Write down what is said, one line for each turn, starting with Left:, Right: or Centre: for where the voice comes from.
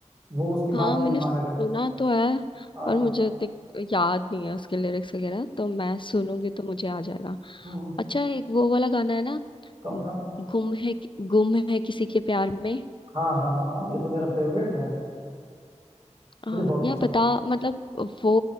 Right: वो उसकी
Left: हाँ
Right: बात नहीं
Left: मैंने
Right: माना
Left: सुना
Right: करता
Left: तो है
Right: अ,
Left: पर मुझे दिक- याद नहीं है उसके लिरिक्स वगैरह तो मैं सुनूंगी तो मुझे आ जाएगा
Right: हम्म,
Left: अच्छा एक वो वाला गाना है ना
Right: कौन सा
Left: गुम है कि- गुम है किसी के प्यार में
Right: हाँ हाँ हाँ ये तो मेरा फेवरेट है
Left: आ,
Right: मुझे बहुत
Left: या
Right: पसंद
Left: बता
Right: है
Left: मतलब वो